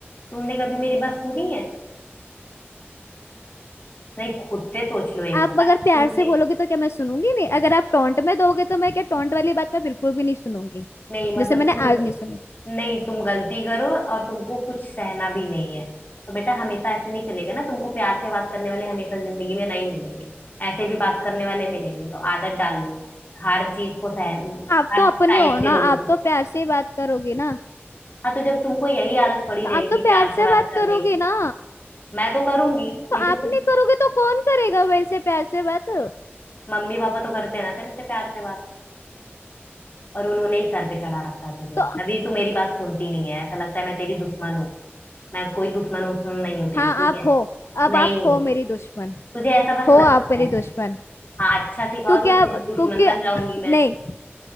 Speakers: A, on the left; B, on the left.
A: तुमने कभी मेरी बात सुनी है नहीं खुद से सोच लो एक
B: आप
A: बार
B: अगर
A: तुमने
B: प्यार से बोलोगे तो क्या मैं सुनूंगी नहीं अगर आप टोंट में दोगे तो मैं क्या टोंट वाली बात मैं बिल्कुल भी नहीं सुनूंगी
A: नहीं मतलब
B: जैसे मैंने
A: तुम
B: आज नहीं सुनी
A: नहीं तुम गलती करो और तुमको कुछ सहना भी नहीं है तो बेटा हमेशा ऐसे नहीं चलेगा ना तुमको प्यार से बात करने वाले हमेशा जिंदगी में नहीं मिलेंगे ऐसे भी बात करने वाले मिलेंगे तो आदत डाल लो हर चीज को सह
B: तो आप
A: हर
B: तो अपने
A: टाइप
B: हो
A: के
B: ना
A: लोगों
B: आप
A: को
B: तो प्यार से ही बात करोगे ना
A: हाँ तो जब तुमको यही आदत पड़ी
B: तो
A: रहेगी
B: आप तो प्यार
A: प्यार
B: से
A: से बात
B: बात
A: करने
B: करोगे
A: की
B: ना
A: मैं तो करूंगी
B: तो
A: लेकिन
B: आप
A: तुम
B: नहीं करोगे तो कौन करेगा वैसे प्यार से बात
A: मम्मी पापा तो करते हैं ना तेरे से प्यार से बात और उन्होंने ही सर पे चढ़ा रखा है तुझे
B: तो
A: अभी तू मेरी बात सुनती नहीं है ऐसा लगता है मैं तेरी दुश्मन हूँ मैं कोई दुश्मन उश्मन नहीं हूँ तेरी
B: हाँ
A: ठीक
B: आप
A: है
B: हो अब
A: नहीं
B: आप
A: हूँ
B: हो मेरी दुश्मन
A: तुझे ऐसा बस
B: हो
A: लगता
B: आप मेरी
A: है
B: दुश्मन
A: हाँ अच्छा सिखाओ
B: क्योंकि
A: तो
B: आप
A: तेरी दुश्मन
B: क्योंकि
A: बन
B: <coughs>
A: जाऊंगी मैं
B: नहीं